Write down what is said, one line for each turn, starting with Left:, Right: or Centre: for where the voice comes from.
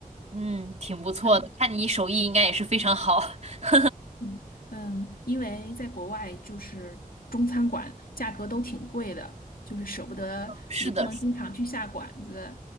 Right: 嗯，挺不错的，
Left: 嗯，
Right: 看你手艺应该也是非常好。<laughs>
Left: 嗯嗯，因为在国外就是中餐馆价格都挺贵的，就是舍不得，
Right: 是的，
Left: 也不能经常去下馆子。
Right: 是的